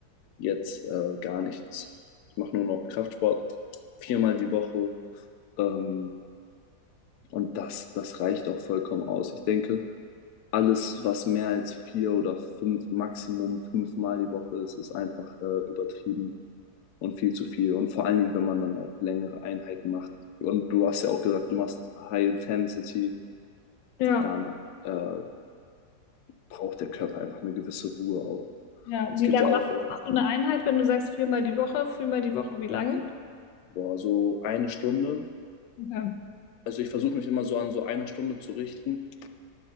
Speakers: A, on the left; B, on the left.
A: jetzt äh, gar nichts. Ich mache nur noch Kraftsport, viermal die Woche. Ähm, und das, das reicht auch vollkommen aus. Ich denke, alles, was mehr als vier oder fünf, Maximum fünfmal die Woche ist, ist einfach äh, übertrieben und viel zu viel. Und vor allen Dingen, wenn man dann auch längere Einheiten macht. Und du hast ja auch gesagt, du machst High Intensity,
B: ja.
A: dann äh, braucht der Körper einfach eine gewisse Ruhe auch.
B: Ja, wie
A: Es geht
B: lange
A: ja auch um
B: machst du eine Einheit, wenn du sagst viermal die Woche, viermal die Woche, wie lange?
A: boah, so eine Stunde.
B: Okay.
A: Also ich versuche mich immer so an so einer Stunde zu richten.